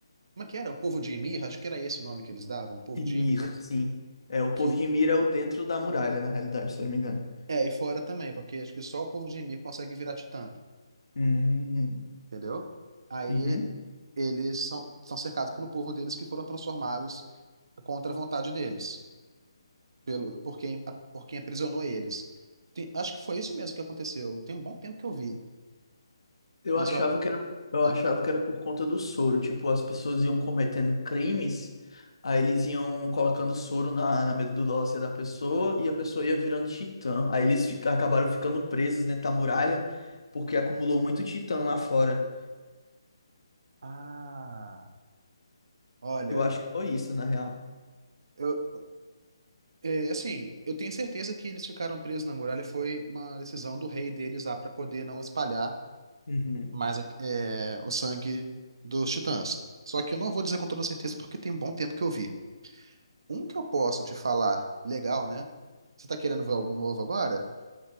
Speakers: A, on the right; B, on the left.
A: Como é que era? O povo de Ymir? Acho que era esse o nome que eles davam, o povo
B: Ymir,
A: de Ymir,
B: sim. É, o povo
A: que
B: de Ymir é o dentro da muralha, na realidade, se eu não me engano.
A: é, e fora também, porque acho que só o povo de Ymir consegue virar titã,
B: Hum,
A: entendeu? Aí
B: uhum.
A: eles são, são cercados pelo povo deles que foram transformados contra a vontade deles, pelo, por quem, a- por quem aprisionou eles. Tem- acho que foi isso mesmo que aconteceu. Tem um bom tempo que eu vi.
B: Eu
A: Mas,
B: achava
A: ó.
B: que era, eu
A: Ah,
B: achava que era por conta do soro. Tipo, as pessoas iam cometendo crimes, aí eles iam colocando soro na, na medula óssea da pessoa e a pessoa ia virando titã. Aí eles fica- acabaram ficando presos dentro da muralha porque acumulou muito titã lá fora.
A: ah, olha,
B: Eu acho que foi isso, na real.
A: eu. É, assim, eu tenho certeza que eles ficaram presos na muralha foi uma decisão do rei deles lá para poder não espalhar
B: Uhum.
A: mas é, o sangue dos Titãs. Só que eu não vou dizer com toda certeza porque tem um bom tempo que eu vi. Um que eu posso te falar legal, né? Você tá querendo ver algum novo agora?